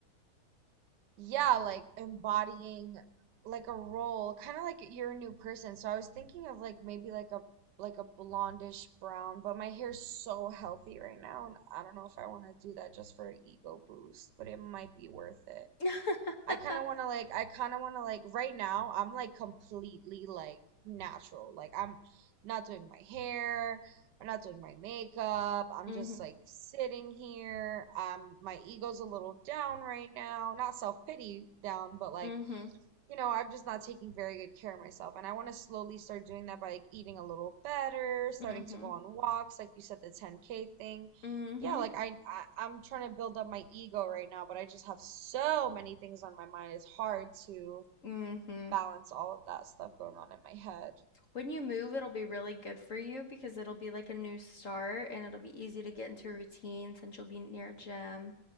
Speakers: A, on the right (about 60°); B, on the left (about 45°).
A: Yeah, like embodying like a role, kind of like you're a new person. So I was thinking of like maybe like a like a blondish brown, but my hair's so healthy right now and I don't know if I want to do that just for an ego boost, but it might be worth it.
B: <laughs>
A: I kind of want to like I kind of want to like right now I'm like completely like natural. Like I'm not doing my hair, I'm not doing my makeup. I'm
B: Mhm.
A: just like sitting here. Um my ego's a little down right now. Not self-pity down, but like
B: Mhm.
A: you know, I'm just not taking very good care of myself. And I want to slowly start doing that by like eating a little better, starting
B: Mhm.
A: to go on walks, like you said, the 10K thing.
B: Mhm.
A: Yeah, like I, I I'm trying to build up my ego right now, but I just have so many things on my mind. It's hard to
B: Mhm.
A: balance all of that stuff going on in my head.
B: When you move, it'll be really good for you because it'll be like a new start and it'll be easy to
A: Mhm.
B: get into routine since you'll be near a gym.